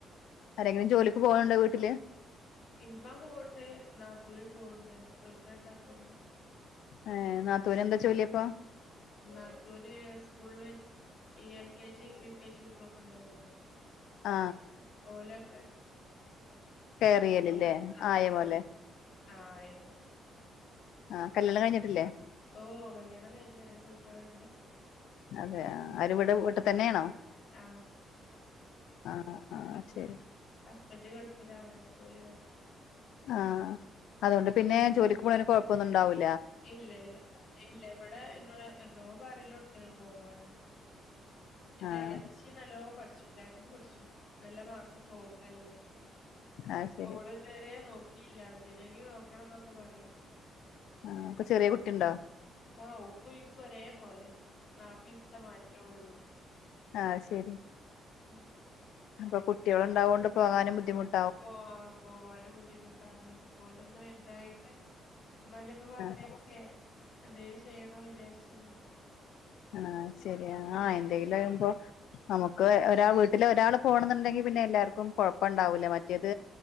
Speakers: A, on the left (about 80°); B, on the left (about 65°).
A: ആരെങ്കിലും ജോലിക്ക് പോകാന്ണ്ടാ വീട്ടില്
B: ഇമ്മ പോവൺണ്ട് നാത്തൂരും പോവൺണ്ട് ഒക്കെ ഇണ്ടാക്കൊണ്ട്
A: ഏ നാത്തൂന് എന്താ ജോലിയപ്പോ
B: നാത്തൂന് സ്കൂളില് ഈ L K G U K G കുട്ടീളൊക്കെ ഉണ്ടാവോല്ലോ
A: ആ
B: ഒലൊക്കെ
A: കെയറിയലല്ലേ
B: ഓക്കെ ആ
A: ആയ
B: ഓക്കേ
A: പോലെ
B: റൈറ്റ് അ ആ എ
A: ആഹ് കല്യാണം കഴിഞ്ഞിട്ടില്ലേ
B: ഓ കല്യാണം കഴിഞ്ഞാ രണ്ടും എണ്ട്
A: അതെ ആ അവര് ഇവട ഇവടതന്നേണോ
B: ആ
A: ആ അ ആ ശെരി
B: ഹസ്ബന്റ് ഗൾഫിലാണ് ഓലിവടെ
A: ആ അതുകൊണ്ട് പിന്നെ ജോലിക്ക് പോയാലും കൊഴപ്പൊന്നുണ്ടാവൂല്ല
B: ഇല്ല ഇല്ല ഇല്ല ഇവിടെ എന്നോട് എന്തോ പറല്ലോടത്തിന് പോവാന് എന്റെ
A: ആഹ്
B: എളച്ചി നല്ലോം പഠിച്ചു എന്റെ ഏട്ടിലും പഠിച്ചു നല്ല മാർക്കൊക്കെ ഓൾക്കെല്ലെ
A: അത് ശരി
B: ഓള് തേരെ നോക്കിയില്ല എന്തിനെങ്കി നോക്കണംന്നൊക്കെ പറയല്ലേ
A: ആ ഇപ്പൊ ചെറിയ കുട്ടിണ്ടാ
B: ആ ഒക്കു ഈ കൊരേ പോലെ നാപ്പിസ്മാറ്റൊള്ളൂ
A: ആ ശരി
B: ഉം
A: അപ്പൊ കുട്ടികൾ ഉണ്ടാവുകൊണ്ട് പോകാനും ബുദ്ധിുട്ട്
B: പോ പോവാനും ബുദ്ധിമുട്ടാണ് പോലൊന്നും വൽതായിട്ട് ഉമ്മാന്റെപ്പ പറഞ്ഞക്കെ
A: ആഹ്
B: എന്ത ചെയ്യണ വിചാരിച്ചണ്ട്
A: ആഹ ശരിയാ ആ എന്തെങ്കിലും വിയുമ്പോ നമുക്ക് ഒരാ വീട്ടില് ഒരാള് പോണ എന്നുണ്ടെങ്കിൽ പിന്നെ എല്ലാവർക്കും കുഴപ്പം ഉണ്ടാവു ല്ല മറ്റേത്